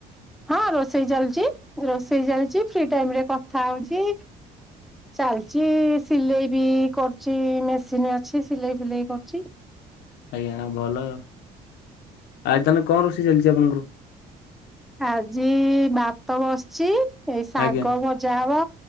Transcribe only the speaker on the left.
ଆଜ୍ଞା ଭଲ ଆଉ। ଆଜି ତମେ କଣ ରୋଷେଇ ଚାଲିଛି ଆପଣଙ୍କର?
ଆଜ୍ଞା